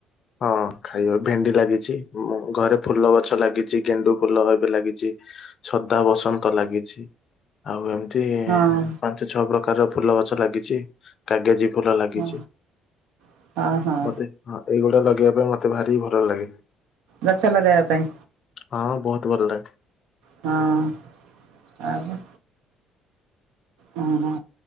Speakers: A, on the left; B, on the right.
A: ହଁ ଖାଇବା ଭେଣ୍ଡି ଲାଗିଛି ମୁଁ ଘରେ ଫୁଲ ଗଛ ଲାଗିଛି ଗେଣ୍ଡୁ ଫୁଲ ଏବେ ଲାଗିଛି। ସଦା ବସନ୍ତ ଲାଗିଛି। ଆଉ ଏମତି
B: ଆଉ
A: ପାଞ୍ଚ ଛଅ ପ୍ରକାରର ଫୁଲ ଗଛ ଲାଗିଛି। କାଗେଜି ଫୁଲ ଲାଗିଛି
B: ହଁ ହଁ ହଁ ହଁ
A: ମତେ ହଁ ଏଇଗୁଡ଼ ଲଗେଇବା ପାଇଁ ମତେ ଭାରି ଭଲ ଲାଗେ।
B: ଗଛ ଲଗେଇବା ପାଇଁ
A: ହଁ ବହୁତ ଭଲ ଲାଗେ
B: ହଁ ଆଉ ହୁଁ ହୁଁ